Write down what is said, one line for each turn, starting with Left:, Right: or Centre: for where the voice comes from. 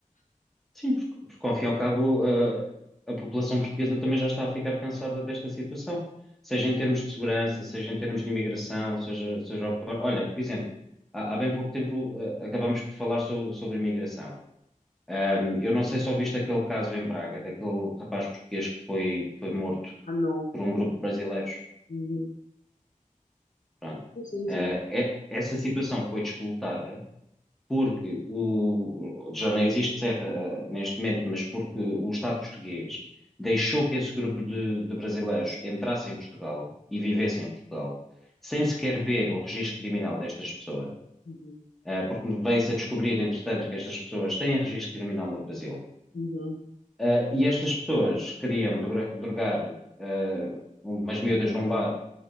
Centre: Sim, porque, porque ao fim e ao cabo, a a, população portuguesa também já está a ficar cansada desta situação, seja em termos de segurança, seja em termos de imigração, seja, seja o que for. Olha, por exemplo, há, há bem pouco tempo, eh, acabámos por falar so- sobre imigração. Ahm, eu não sei se ouviste aquele caso em Braga, daquele rapaz português que foi, foi morto
Left: Ah, não.
Centre: por um grupo de brasileiros.
Left: Uhum.
Centre: Pronto.
Left: Sim, sim, sim.
Centre: Eh, é- essa situação foi disputada porque o, já não existe CEF, eh, neste momento, mas porque o Estado português deixou que esse grupo de, de brasileiros entrasse em Portugal e vivesse em Portugal, sem sequer ver o registro criminal destas pessoas,
Left: Uhum.
Centre: eh, porque veio-se a descobrir, entretanto, que estas pessoas têm registro criminal no Brasil.
Left: Uhum.
Centre: Eh, e estas pessoas queriam droga- drogar, eh, umas miúdas num bar